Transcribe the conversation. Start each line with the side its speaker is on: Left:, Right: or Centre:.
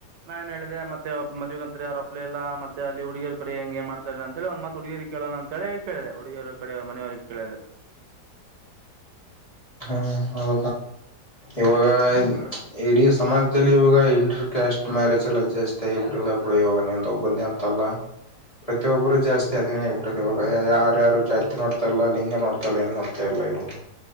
Right: ನಾನ ನ್ ಹೇಳಿದೆ ಮತ್ತೆ ಮದ್ುವೆಗಂತ ಅವ್ರ ಅಪ್ಲೆ ಎಲ್ಲ ಮತ್ತೆ ಅಲ್ಲಿ ಹುಡುಗರ ಕಡೆ ಹೆಂಗ ಏ ಮಾಡ್ತಾರೆ ಅಂತ ಹೇಳ ಒಂದ್ತ್ ಹುಡುಗಿರು ಕೇಳಣ ಅಂತಿ ಕೇಳಿದೆ ಹುಡುಗಿಯರ ಕಡೆ ಮನೆವರಿಗೆ ಕೇಳದೆ
Left: ಹ್ಮ ಹೌ ಇವಾಗ ಇಡೀ ಸಮಾಜದಲ್ಲಿ ಇವಾಗ ಇಂಟರ್ ಕ್ಯಾಸ್ಟ್ ಮ್ಯಾರೇಜ್ ಎಲ್ಲ ಜಾಸ್ತಿ ಆಗ ಬಿಟ್ಟಿದ್ದಾವೆ ಇಡ ಇವಾಗ ನನು ತ ಒಬ್ಬಂದ ಅಂತಲ್ಲ ಪ್ರತಿಯೊಬ್ಬರು ಜಾಸ್ತಿ ಅದಿನೇ ಆಗ್ಬಿಟ್ಟತದೆ ಇವಾಗ ಯಾರ್ಯಾರು ಜಾತಿ ನೋಡ್ತಲ್ಲ ಲಿಂಗ ನೋಡ್ತಾರಲ್ಲ ಏನ್ ನೋಡ್ತಾ ಇಲ್ಲ ುದು